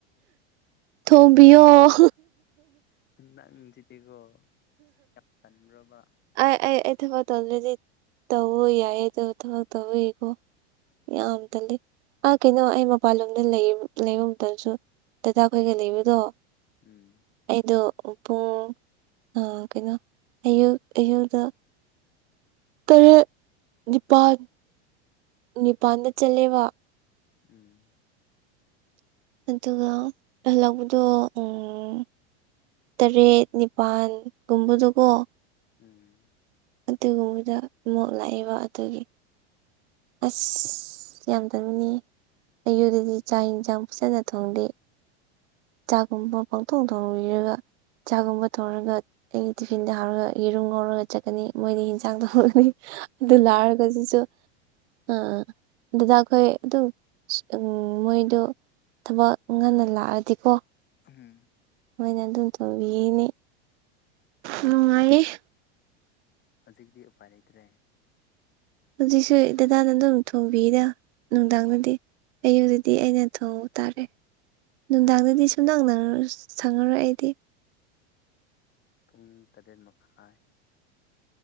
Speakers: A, on the right; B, on the left.
A: ꯊꯣꯡꯕꯤ ꯑꯣ
B: ꯅꯪꯁꯤꯗꯤꯀꯣ ꯌꯥꯝ ꯇꯟꯕ꯭ꯔꯕ
A: ꯑꯩ ꯑꯩ ꯑꯩ ꯊꯕꯛ ꯇꯧꯗ꯭ꯔꯗꯤ ꯇꯕ ꯌꯥꯏ ꯑꯗꯨ ꯊꯕꯛ ꯇꯧꯋꯀꯣ ꯌꯥꯝ ꯇꯜꯂꯤ ꯑꯥ ꯀꯩꯅꯣ ꯑꯩ ꯃꯄꯥꯟꯂꯣꯝꯗ ꯂꯩ ꯂꯩꯕ ꯃꯇꯝꯁꯨ ꯗꯥꯗꯥ ꯈꯣꯏꯒ ꯂꯩꯕꯗꯣ
B: ꯎꯝ
A: ꯑꯩꯗꯣ ꯄꯨꯡ ꯑ ꯀꯩꯅꯣ ꯑꯌꯨꯛ ꯑꯌꯨꯗ ꯇꯔꯦꯠ ꯅꯤꯄꯥꯟ ꯅꯤꯄꯥꯥꯟꯗ ꯆꯠꯂꯦꯕ
B: ꯎꯝ
A: ꯑꯗꯨꯒ ꯍꯜꯂꯛꯕꯗꯣ ꯎꯝ ꯇꯔꯦꯠ ꯅꯤꯄꯥꯜꯒꯨꯝꯕꯗꯨꯀꯣ
B: ꯎꯝ
A: ꯑꯗꯨꯒꯨꯝꯕꯗ ꯏꯣꯛ ꯂꯥꯛꯏꯕ ꯑꯗꯨꯒꯤ ꯑꯁ ꯌꯥꯝꯗꯕꯅꯤ ꯑꯌꯨꯗꯗꯤ ꯆꯥꯛ ꯌꯦꯟꯁꯥꯡ ꯐꯖꯅ ꯊꯣꯡꯗꯦ ꯆꯥꯛꯒꯨꯝꯕ ꯄꯪꯊꯣꯛ ꯊꯣꯡꯕꯤꯔꯒ ꯆꯥꯛꯒꯨꯝꯕ ꯊꯧꯔꯒ ꯑꯩꯒꯤ ꯇꯤꯐꯤꯟꯗ ꯍꯥꯎꯔꯒ ꯌꯦꯔꯨꯝ ꯉꯧꯔꯒ ꯆꯠꯀꯅꯤ ꯃꯣꯏꯗꯤ ꯌꯦꯟꯁꯥꯡ ꯇꯒꯅꯤ ꯑꯗꯨ ꯂꯥꯛꯑꯔꯒꯁꯤꯁꯨ ꯑꯥ ꯑꯥ ꯑꯗꯨꯗꯥ ꯑꯩꯈꯣꯏ ꯑꯗꯨꯝ ꯎꯝ ꯃꯣꯏꯗꯣ ꯊꯕꯛ ꯉꯟꯅ ꯂꯥꯛꯑꯗꯤꯀꯣ
B: ꯎꯝ
A: ꯃꯣꯏꯅ ꯑꯗꯨꯝ ꯇꯧꯕꯤꯅꯤ ꯅꯨꯡꯉꯥꯏꯌꯦ
B: ꯍꯧꯖꯤꯛꯇꯤ ꯎꯄꯥꯏ ꯂꯩꯇ꯭ꯔꯦ
A: ꯍꯧꯖꯤꯛꯁꯨ ꯗꯗꯥꯅ ꯑꯗꯨꯝ ꯊꯣꯡꯕꯤꯔ ꯅꯨꯡꯗꯥꯡꯗꯗꯤ ꯑꯌꯨꯗꯗꯤ ꯑꯩꯅ ꯊꯣꯡꯎ ꯇꯥꯔꯦ ꯅꯨꯡꯗꯥꯡꯗꯗꯤ ꯁꯨꯝ ꯅꯛꯅ ꯁꯪꯉꯔꯛ ꯑꯩꯗꯤ
B: ꯄꯨꯡ ꯇꯔꯦꯠ ꯃꯈꯥꯏ